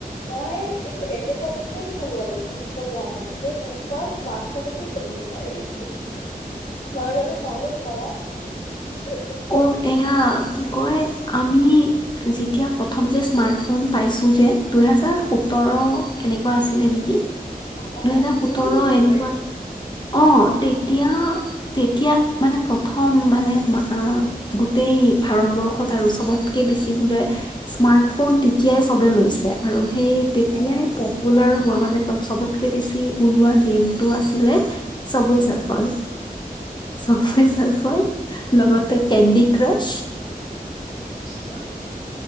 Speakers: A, on the left; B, on the left.
A: মই এই এডভাতাস্মেন্ত চালোঁ আৰু ইনষ্টাগ্ৰামত যে সেনেকুৱা স্মাৰ্ট চলেতো চলিব পাৰি। মই বাৰো ডাউনলোড কৰা নাই,
B: অ এয়া কি কয়, আমি যেতিয়া প্ৰথম যে স্মাৰ্টফোন পাইছোঁ যে, দুহেজাৰ সোতৰ এনেকুৱা আছিলে নেকি
A: অ অ
B: দুহেজাৰ সোতৰ
A: মোৰো ভিতৰুৱা
B: এনেকুৱাত
A: একদম
B: অ', তেতিয়া
A: উম
B: তেতিয়া মানে, প্ৰথম মানে গোটেই ভাৰতবৰ্ষত আৰু চবতকে বেছি বোলে স্মাৰ্ট ফোন তেতিয়াই চবে লৈছে আৰু, সেই তেতিয়াই
A: অ
B: লোৱা হোৱা মানে চবতকে বেছি ওলোৱাঁ গেমটো আছিলে চব চাৰফাল চফাই চাৰফ,
A: উম,
B: লগতে কেণ্ডি ক্ৰাছ
A: ত,